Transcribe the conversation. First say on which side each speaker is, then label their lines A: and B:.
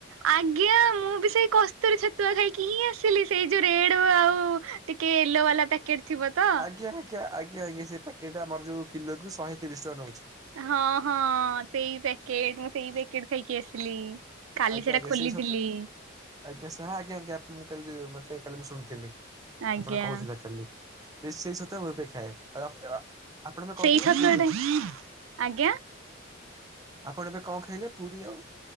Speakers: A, on the right; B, on the right.
A: ଆଜ୍ଞା ମୁଁ ବି ସେଇ କସ୍ତୁରୀ ଛତୁଆ ଖାଇକି ହିଁ ଆସିଲି ସେଇ ଯୋଉ ରେଡ ଆଉ ଟିକେ ୟେଲୋ ବାଲା ପାକ୍ ଟିକେ ଥିବ ତ।
B: ଆଜ୍ଞା, ଆଜ୍ଞ, ଆଜ୍ଞା, ଆଜ୍ଞା ସେ ପାକେଟ ଆମର ଜୋଉ କିଲୋ କୁ ଶହେ ତିରିଶ ଟଙ୍କା ନଉଛି।
A: ହଁ ହଁ ସେଇ ପ୍ୟାକେଟ ମୁଁ ସେଇ ପ୍ୟାକେଟ ଖାଇକି ଆସିଲି। କାଲି
B: ଆଜ୍ଞା
A: ସେଟା
B: ଆଜ୍ଞା
A: ଖୋଲିଥିଲି।
B: ସେଇ ଛତୁ ଆଜ୍ଞା ହଁ ଆଜ୍ଞା ଆଜ୍ଞା ମୁଁ ଥିଲି ମୁଁ କାଲି ମୁଁ ଶୁଣିଥିଲି।
A: ଆଜ୍ଞା
B: ଆପଣ କହୁଥିଲେ କାଲି <unintelligible> ସେଇ ଛତୁଆ ମୁଁ ବି ଖାଏ <unintelligible> ଆପଣ ଏବେ
A: ସେଇ
B: କଣ ଖାଇଲେ
A: ଛତୁଆଟା
B: ପୁରି
A: ଆଜ୍ଞା
B: ଆପଣ ଏବେ କଣ ଖାଇଲେ ପୁରି ଆଉ